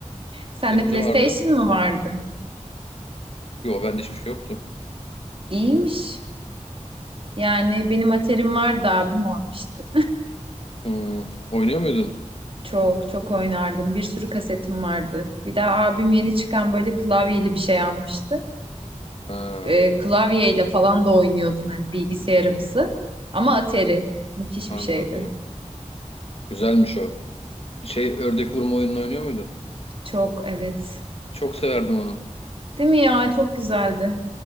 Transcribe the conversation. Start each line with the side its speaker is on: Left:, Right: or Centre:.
Right: Sende
Left: Kuzenimde
Right: PlayStation
Left: vardı.
Right: mı vardı?
Left: Yo bende hiçbir şey yoktu.
Right: İyiymiş. Yani benim Atari'm vardı abim almıştı.
Left: Hmm, Oynuyor muydun?
Right: Çok çok oynardım. Bir sürü kasetim vardı. Bir de abim yeni çıkan böyle klavyeli bir şey almıştı.
Left: Ha,
Right: e, klavyeyle falan da oynuyordun hani bilgisayarımsı. Ama Atari müthiş
Left: anladım.
Right: bir şeydi.
Left: Güzelmiş o. Şey ördek vurma oyununu oynuyor muydun?
Right: Çok evet.
Left: Çok severdim onu.
Right: Değil mi ya? Çok güzeldi.